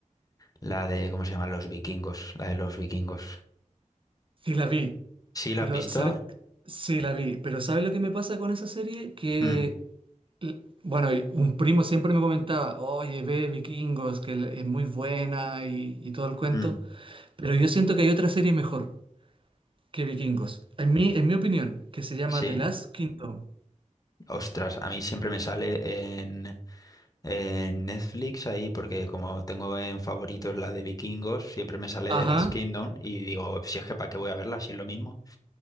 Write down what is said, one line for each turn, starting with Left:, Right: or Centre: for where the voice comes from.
Left: La de, ¿cómo se llama? Los vikingos, la de los vikingos.
Right: Sí, la vi.
Left: ¿Sí, la
Right: Pero,
Left: has visto?
Right: ¿sabes? Sí, la vi. Pero, ¿sabes lo que me pasa con esa serie? Que,
Left: Mm,
Right: l- bueno, y un primo siempre me comentaba, oye, ve Vikingos, que l- es muy buena y, y todo el cuento.
Left: mm,
Right: Pero yo siento que hay otra serie mejor que Vikingos. En mi, en mi opinión, que se llama
Left: Sí.
Right: The Last Kingdom.
Left: Ostras, a mí siempre me sale en, en Netflix ahí, porque como tengo en favoritos la de Vikingos, siempre me sale
Right: Ajá.
Left: de Last Kingdom y digo, si es que para qué voy a verla, si es lo mismo.